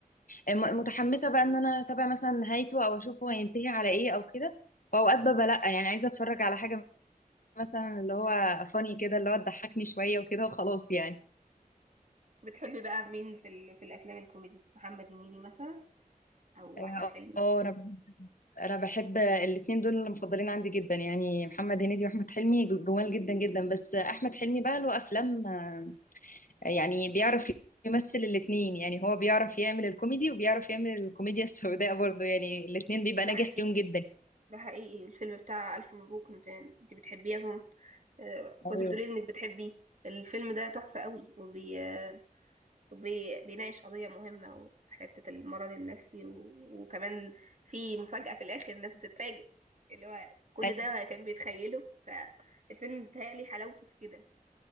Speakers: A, on the left; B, on the right.
A: م- متحمسه بقى ان انا اتابع مثلا نهايته او اشوفه هينتهي على ايه او كده واوقات ببقى لا يعني عايزه اتفرج على حاجه مثلا اللي هو فاني كده اللي هو تضحكني شوية وكده وخلاص يعني
B: بتحبي بقى مين في, ال... في الافلام الكوميدي محمد هنيدي مثلا او
A: اه
B: احمد حلمي
A: آه، انا انا بحب الاتنين دول اللي مفضلين عندي جدا يعني محمد هنيدي واحمد حلمي جو- جمال جدا جدا بس احمد حلمي بقى له افلام آه، يعني بيعرف يمثل الاتنين يعني هو بيعرف يعمل الكوميدي وبيعرف يعمل الكوميديا السوداء برضه يعني الاتنين بيبقى
B: ده
A: ناجح
B: حقيقي
A: فيهم جدا
B: ده حقيقي الفيلم بتاع الف مبروك انت انت بتحبيه اظن آه، كنت
A: ايوه
B: بتقولي انك بتحبي الفيلم ده تحفة قوي وبي... آه، وبي... بيناقش قضية مهمة وحتة المرض النفسي و... وكمان في مفاجأة في الآخر الناس بتتفاجئ اللي هو كل
A: ايوه
B: ده كان بيتخيله فالفيلم بيتهيألي حلاوته في كده